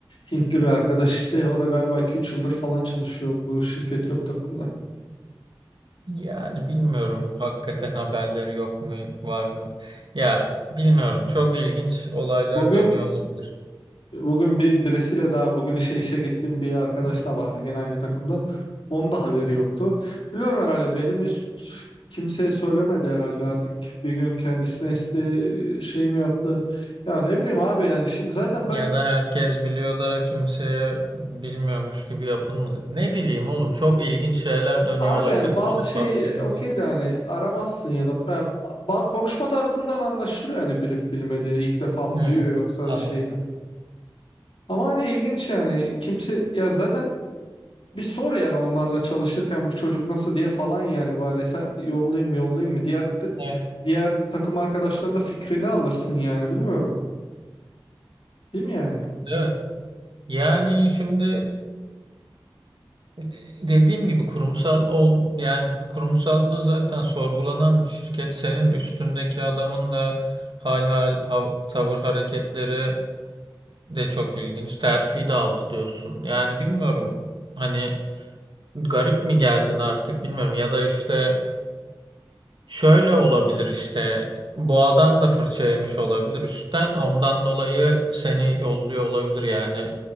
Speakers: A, on the left; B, on the right.
A: Hintli bir arkadaş işte. O da galiba iki üç yıldır falan çalışıyor bu şirkette bu takımda.
B: Yani bilmiyorum hakikaten haberleri yok mu var mı? Ya bilmiyorum çok ilginç olaylar
A: Bugün
B: dönüyor olabilir.
A: Bugün bir birisiyle daha bugün işe işe gittiğim bir arkadaş
B: Hı hı.
A: da vardı gene aynı takımda. Onun da haberi yoktu. Biliyorum herhalde benim üst kimseye söylemedi herhalde artık bir gün kendisine esti şey mi yaptı. Ya ne bileyim abi yani şimdi zaten
B: Ya
A: ben
B: da herkes biliyor da kimseye bilmiyormuş gibi yapın mı dedi. Ne bileyim oğlum çok ilginç şeyler dönüyor
A: abi
B: olabilir.
A: yani bazı
B: Bir şeffaflığım
A: şey e, okey
B: var.
A: de hani aramazsın ya da yani ba- konuşma tarzından anlaşılıyor yani bilip bilmediği ilk defa mı
B: Hı,
A: duyuyor yoksa
B: anladım.
A: şeyden. Ama hani ilginç yani kimse ya zaten Bir sor yani onlarla çalışırken bu çocuk nasıl diye falan yani bari sen yollayayım mı yollayayım mı diğer t-
B: Evet.
A: diğer takım arkadaşlarının da fikrini alırsın yani bilmiyorum. Değil mi yani?
B: Evet. Yani şimdi E, Dediğim gibi kurumsal ol yani kurumsallığı zaten sorgulanan bir şirket. Senin üstündeki adamın da hal hal hav- tavır hareketleri de çok ilginç. Terfi de aldı diyorsun. Yani bilmiyorum hani garip mi geldin artık bilmiyorum ya da işte şöyle olabilir işte bu adam da fırça yemiş olabilir üstten ondan dolayı seni yolluyor olabilir yani